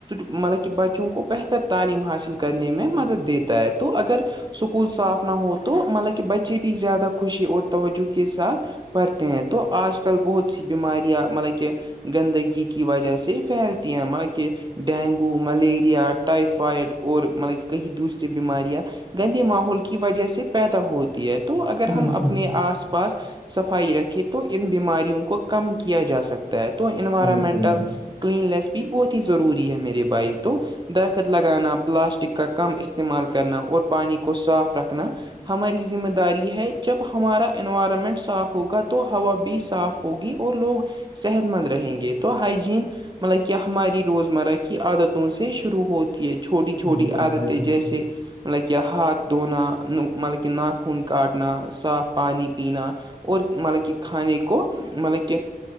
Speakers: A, on the right (about 30°); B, on the left (about 30°).
A: مطلب کہ بچوں کو بہتر تعلیم حاصل کرنے میں مدد دیتا ہے تو اگر اسکول صاف نہ ہو تو مطلب کہ بچے بھی زیادہ خوشی اور توجہ کے ساتھ پڑھتے ہیں تو آج کل بہت سی بیماریاں مطلب کہ گندگی کی وجہ سے پھیلتی ہیں ہمار کہ ڈینگو ملیریا ٹائفائڈ اور مطلب کہ کہیں دوسری بیماریاں گندے ماحول کی وجہ سے پیدا ہوتی ہے تو اگر
B: بالکل
A: ہم اپنے آس پاس سفائی رکھے تو ان بیماریوں کو کم کیا جا سکتا ہے تو انوائرمنٹل
B: بالکل بالکل
A: کلیننیس بھی بہت ہی ضروری ہے میرے بھائی تو درخت لگانا پلاسٹک کا کم استعمال کرنا اور پانی کو صاف رکھنا ہماری ذمہ داری ہے جب ہمارا انوائرمنٹ صاف ہوگا تو ہوا بھی صاف ہوگی اور لوگ صحت مند رہیں گے تو ہائجین مطلب کہ ہماری روزمرہ کی عادتوں سے شروع ہوتی ہے چھوٹی
B: بالکل
A: چھوٹی عادتیں
B: بھائی جان
A: جیسے مطلب کہہ ہاتھ دھووننا مطلب کہہ ناک ہون کاٹنا صاف پانی پینا اور مطلب کہ کھانے کو مطلب کہ